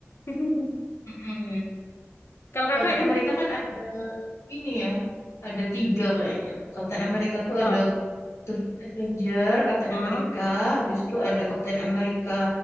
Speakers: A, on the left; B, on the left.
A: <laughs>
B: <laughs> Mm-mm.
A: Kalau Kakak
B: Kapten
A: emang,
B: Amerika kan ada ini ya, ada tiga kayaknya. Kapten Amerika tuh
A: oh,
B: ada The First Avenger, Kapten
A: oh,
B: Amerika, habis itu ada Kapten Amerika